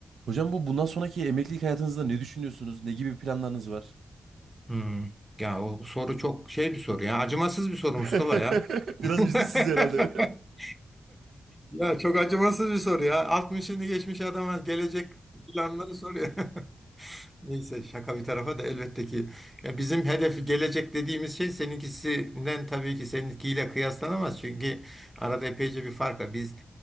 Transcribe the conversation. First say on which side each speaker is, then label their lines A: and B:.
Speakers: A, on the right; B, in the centre.
A: Hocam bu bundan sonraki emeklilik hayatınızda ne düşünüyorsunuz? Ne gibi planlarınız var?
B: Hmm. Ya o soru çok şey bir soru ya. Acımasız bir soru
A: <laughs>
B: Mustafa ya. <laughs>
A: Biraz üzdü sizi herhalde.
B: Ya çok acımasız bir soru ya. 60'ını geçmiş adama gelecek planları soruyor. <laughs> Neyse şaka bir tarafa da elbette ki ya bizim hedef gelecek dediğimiz şey seninkisinden tabii ki seninkiyle kıyaslanamaz. Çünkü arada epeyce bir fark var. Biz